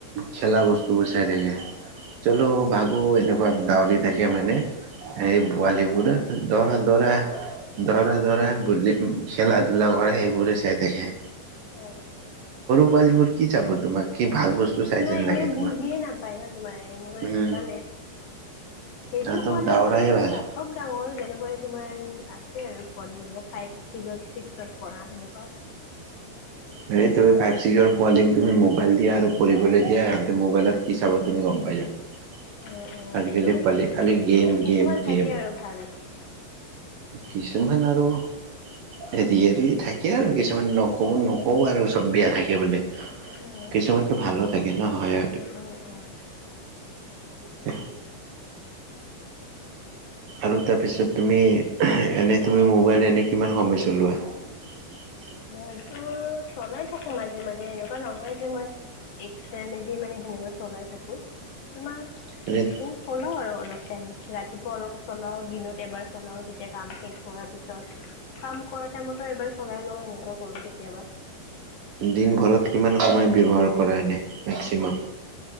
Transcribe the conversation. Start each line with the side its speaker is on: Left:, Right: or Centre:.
Right: খেলা বস্তুবোৰ চাই থাকে চলো ভাগো এনেকুৱা ডাউৰী থাকে মানে। এই
Left: উম, উম,
Right: বোৱালি বোৰ দৌৰা দৌৰা দৌৰা দৌৰা বুলি। উম, খেলা-ধূলা কৰে সেইবোৰে চাই থাকে।
Left: অ',
Right: পোৱালীবোৰ কি চাব তোমাক কি। ভাল বস্তু চাই
Left: তোমাৰ
Right: যেন
Left: এনেও
Right: লাগে তোমাক।
Left: বুজিয়ে নাপায় ন' তোমাৰ এনেকুৱা
Right: উম
Left: সেইকাৰনে। সেইটো
Right: তাহাঁতক
Left: কোৱা নাই
Right: দাউৰাই
Left: মই এনেই
Right: ভাল।
Left: অলপ ডাঙৰ যেনেকুৱা। তোমাৰ আছে আৰু পোৱালি যেনেকুৱা ফাইভ ছিক্জত ছিক্সত পঢা সেনেকা।
Right: সেই ত' ফাইভ চিক্‌জৰ পোৱালি তুমি মোবাইল দিয়া আৰু পঢ়িবলৈ দিয়া সিহঁতে মোবাইলত কি চাব তুমি গম পাই যাবা।
Left: উম উম
Right: আজিকালি
Left: সেইটোও
Right: পোৱালি
Left: হয়
Right: খালী গেম
Left: কিছুমান
Right: গেম
Left: থাকে
Right: গেম।
Left: আৰু ভাল
Right: কিছুমান আৰু <unintelligible> থাকে আৰু কিছুমান নকব নকওঁ আৰু চব বেয়া থাকে বোলে।
Left: উম
Right: কিছুমানতো ভালো থাকে ন' হয়।
Left: উম উম।
Right: দেহ। আৰু তাৰ পিছত তুমি এনে তুমি মোবাইল এনে কিমান সময় চলোৱা <unintelligible>
Left: মইতো চলাই থাকো মাজে মাজে এেনেকুৱা নহয় যে মই একা টাইমেদি মানে সেনেকা চলাই থাকো তোমাৰ
Right: এনে
Left: উ চলাও আৰু অলপ টাইম ৰাতি পৰৱ চলাও দিনত এবাৰ চলাও যেতিয়া কাম শেষ হোৱাৰ পিছত কাম কৰা টাইমতো এবাৰ চলাই লওঁ সেনেকুৱা কৰো কেতিয়াবা
Right: দিনভৰত
Left: আৰু
Right: কিমান সময় ব্যৱহাৰ কৰা এনে মেক্সিমাম